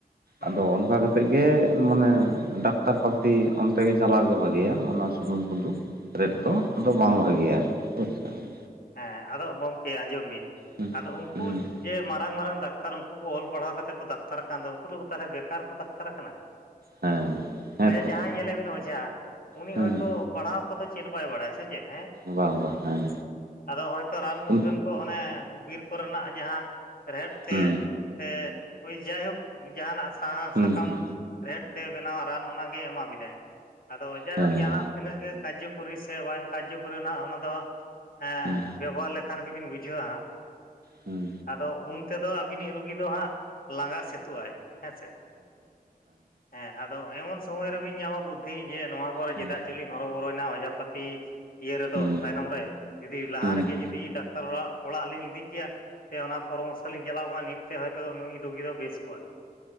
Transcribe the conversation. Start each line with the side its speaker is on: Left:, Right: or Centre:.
Left: ᱦᱩᱸ
Right: ᱟᱫᱚ ᱚᱱᱠᱟ ᱠᱟᱛᱮᱫ ᱜᱮ ᱢᱟᱱᱮ ᱰᱟᱠᱛᱟᱨ ᱯᱟᱹᱛᱤ ᱚᱱᱛᱮ ᱜᱮ ᱪᱟᱞᱟᱣ ᱜᱮ ᱵᱷᱟᱜᱮᱭᱟ ᱚᱱᱟ ᱥᱩᱱᱩᱢ ᱠᱚᱫᱚ᱾ ᱨᱮᱫ
Left: ᱦᱳᱭ
Right: ᱫᱚ
Left: ᱦᱳᱭ
Right: ᱟᱫᱚ ᱵᱟᱝ ᱵᱷᱟᱜᱮᱭᱟ ᱟᱨᱠᱤ᱾ ᱵᱩᱡ ᱠᱮᱫᱟᱵᱤᱱ?
Left: ᱦᱮᱸ ᱟᱫᱚ ᱜᱚᱝᱠᱮ ᱟᱸᱡᱚᱢ ᱵᱤᱱ
Right: ᱦᱩᱸ
Left: ᱟᱫᱚ ᱩᱱᱠᱩ
Right: ᱦᱩᱸ
Left: ᱡᱮ ᱢᱟᱨᱟᱝ ᱢᱟᱨᱟᱝ ᱰᱟᱠᱛᱟᱨ ᱩᱱᱠᱩ ᱠᱚ ᱚᱞ ᱯᱟᱲᱦᱟᱣ ᱠᱟᱛᱮᱫ ᱠᱚ ᱰᱟᱠᱛᱟᱨ ᱠᱟᱱ ᱫᱚ ᱩᱱᱠᱩ ᱫᱚ ᱛᱟᱦᱚᱞᱮ ᱵᱮᱠᱟᱨ ᱠᱚ ᱰᱟᱠᱛᱟᱨ ᱠᱟᱱᱟ᱾
Right: ᱦᱮᱸ ᱦᱮᱸᱛᱚ
Left: ᱟᱭᱮ ᱡᱟᱦᱟᱸᱭ ᱧᱮᱞᱮᱵᱤᱱ ᱚᱡᱷᱟ᱾ ᱩᱱᱤ
Right: ᱦᱩᱸ
Left: ᱦᱚᱭᱛᱚ ᱯᱟᱲᱦᱟᱣ ᱠᱚᱫᱚ ᱪᱮᱫ ᱵᱟᱭ ᱵᱟᱲᱟᱭᱟ, ᱥᱮ ᱪᱮᱫ? ᱦᱮᱸ᱾
Right: ᱵᱟᱝ ᱵᱟᱝ ᱦᱮᱸ᱾
Left: ᱟᱫᱚ ᱦᱚᱭᱛᱚ ᱨᱟᱱ ᱢᱩᱨᱜᱟᱹᱱ
Right: ᱦᱩᱸ
Left: ᱠᱚ ᱚᱱᱮ ᱵᱤᱨ ᱠᱚᱨᱮᱱᱟᱜ ᱡᱟᱦᱟᱸ ᱨᱮᱦᱮᱫ ᱛᱮ,
Right: ᱦᱩᱸ
Left: ᱥᱮ ᱦᱳᱭ ᱡᱟᱭᱦᱳᱠ ᱡᱟᱦᱟᱱᱟᱜ ᱥᱟᱦᱟ
Right: ᱦᱩᱸ
Left: ᱥᱟᱠᱟᱢ
Right: ᱦᱩᱸ
Left: ᱨᱮᱦᱮᱫ ᱛᱮ ᱵᱮᱱᱟᱣᱟ ᱨᱟᱱ ᱚᱱᱟᱜᱮ ᱮᱢᱟ ᱵᱤᱱᱟᱭ, ᱟᱫᱚ ᱡᱟᱭᱦᱳᱠ
Right: ᱦᱮᱸ
Left: ᱡᱟᱦᱟᱸ ᱛᱤᱱᱟᱹᱜ ᱜᱮ ᱠᱟᱨᱡᱚ ᱠᱚᱨᱤ ᱥᱮ ᱵᱟᱝ ᱠᱟᱨᱡᱚ ᱠᱚᱨᱤ ᱦᱟᱸᱜ ᱚᱱᱟ ᱫᱚ ᱦᱟᱸᱜ ᱮᱸ
Right: ᱦᱩᱸ
Left: ᱵᱮᱵᱚᱦᱟᱨ ᱞᱮᱠᱷᱟᱱ ᱜᱮᱵᱤᱱ ᱵᱩᱡᱷᱟᱹᱣᱟ ᱦᱟᱜ᱾
Right: ᱦᱩᱸ
Left: ᱟᱫᱚ ᱩᱱ ᱛᱮᱫᱚ ᱟᱵᱤᱱᱤᱡ ᱨᱩᱜᱤ ᱫᱚ ᱦᱟᱸᱜ ᱞᱟᱸᱜᱟ ᱥᱮᱛᱩᱜᱼᱟᱭ᱾ ᱦᱮᱸᱥᱮ? ᱦᱮᱸ ᱟᱫᱚ ᱮᱢᱚᱱ ᱥᱚᱢᱚᱭ ᱨᱮᱵᱤᱱ ᱧᱟᱢᱟ ᱵᱩᱫᱽ ᱫᱷᱤ ᱡᱮ ᱱᱚᱣᱟ ᱠᱚᱨᱮ
Right: ᱦᱩᱸ
Left: ᱪᱮᱫᱟᱜ ᱪᱚᱞᱤᱧ ᱦᱚᱨᱚ ᱵᱚᱨᱚᱭᱮᱱᱟ ᱚᱡᱷᱟᱯᱟᱹᱛᱤ ᱤᱭᱟᱹ ᱨᱮᱫᱚ,
Right: ᱦᱩᱸ
Left: ᱛᱟᱭᱱᱚᱢ ᱨᱮ᱾ ᱡᱩᱫᱤ ᱞᱟᱦᱟ
Right: ᱦᱩᱸ
Left: ᱨᱮᱜᱮ ᱡᱩᱫᱤ ᱰᱟᱠᱛᱟᱨ ᱚᱲᱟᱜ, ᱚᱲᱟᱜ ᱞᱤᱧ ᱤᱫᱤ ᱠᱮᱭᱟ ᱥᱮ ᱚᱱᱟ ᱯᱚᱨᱟᱢᱚᱨᱥᱚ ᱞᱤᱧ ᱪᱟᱞᱟᱣ ᱠᱚᱜᱼᱟ ᱱᱤᱛ - ᱛᱮ ᱦᱚᱭᱛᱚ ᱱᱩᱭ ᱨᱩᱜᱤ ᱫᱚ ᱵᱮᱥ ᱠᱚᱜᱼᱟᱭ᱾